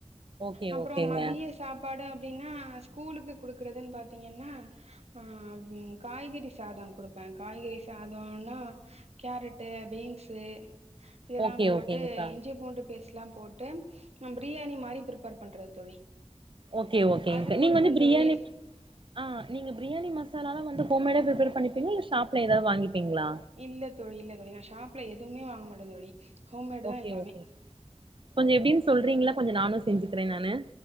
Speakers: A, on the right; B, on the right.
A: ஓகே
B: அப்றோ
A: ஓகேங்க
B: மதிய சாப் பாடு அப்டின்னா ஸ்கூலுக்கு குடுக்கறதுன் பாத்தீங்கன்னா ஆ ம் காய்கறி சாதம் குடுப்பே காய்கறி சாதோன்னா கேரட்டூ, பீன்ஸு இதல்லா
A: ஓகே
B: போட்டு
A: ஓகேங்க்கா
B: இஞ்சி, பூண்டு பேஸ்ட்லா போட்டு ம் ப்ரியாணி மாரி ப்ரிப்பேர் பண்றது தோழி
A: ஓகே ஓகேங்க்கா
B: அது குடுப்பே
A: நீங்க வந்து ப்ரியாணி
B: தோழி
A: ஆ நீங்க ப்ரியாணி மசாலாலா வந்து ஹோம் மேடா ப்ரிப்பேர் பண்ணிப்பீங்ளா இல்ல ஷாப்ல எதாது வாங்கிப்பீங்ளா
B: இல்ல தோழி இல்ல தோழி நா ஷாப்ல எதுமே வாங்க மாட்டே தோழி ஹோம்மேடு
A: ஓகே
B: தா எல்லாமே
A: ஓகே கொஞ்சோ எப்டின் சொல்றீங்ளா கொஞ்ச நானு செஞ்சிக்கிறே நானு